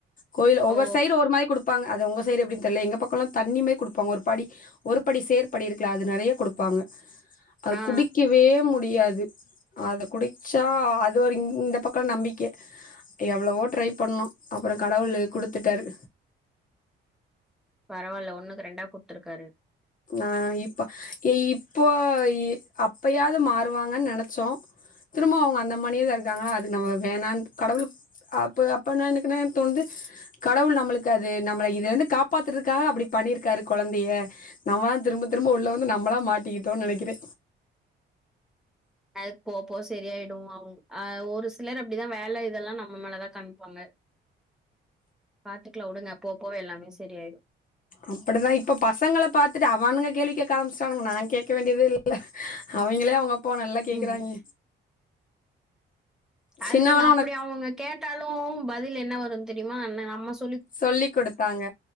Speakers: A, on the left; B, in the centre.
A: கோயில்ல ஒவ்வொரு
B: ஓ
A: சைடு ஒரு மாரி குடுப்பாங்க அது உங்க சைடு எப்டி தெரில எங்க பக்கம்லா தண்ணிமா குடுப்பாங்க ஒரு படி ஒரு படி சேற்படி இருக்குல அது நெறைய குடுப்பாங்க அது
B: ஆ
A: குடிக்கவே முடியாது அது குடிச்சா அது ஒரு இந்த பக்க நம்பிக்க எவ்வளவோ ட்ரை பண்ணோ அப்புற கடவுளு குடுத்துட்டாரு
B: பரவால்ல ஒண்ணுக்கு ரெண்டா குடுத்துருக்காரு
A: ஆஹ் இப்ப ஏ இப்போ அப்பயாவது மாறுவாங்கன்னு நெனச்சோ திரும்ப அவுங்க அந்த மானியேதா இருக்காங்களா அதுக்கு நம்ம வேணான் கடவுளு அப்ப அப்பனா எனக்கு தோணந்து கடவுள் நம்மளுக்கு அது நம்மள இதுல இருந்து காப்பாத்துறதுக்காக அப்படி பண்ணிருக்காரு கொழந்தய நம்ம தா திரும்ப திரும்ப உள்ள வந்து நம்மளா மாட்டிக்கிட்டோன்னு நெனகிறே
B: அதுக்கு போப் போவ சரியாயிடு அவங் அஹ் ஒரு சிலர் அப்டிதா வேல இதெல்லா நம் மல தா காமிப்பாங்க பாத்துக்கலா உடுங்க போ போவ எல்லாமே சரி ஆயிடு
A: அப்டிதா இப்ப பசங்கள பாத்துட்டு அவானுங்க கேள்வி கேக் க்க ஆரம்பிச்சுட்டானுங்க நா கேட்க வேண்டியதே இல்ல அவங்களே அவங்க அப்பாவ நல்லா கேக்குறாய்ங்க
B: ம் அது
A: சின்னவலா
B: நீங்க அப்டி
A: உனக்கு
B: அவங்க கேட்டாலு பதில் என்ன வரும்னு தெரியுமா ன்ன அம்மா ஸ்
A: சொல்லி குடுத்தாங்க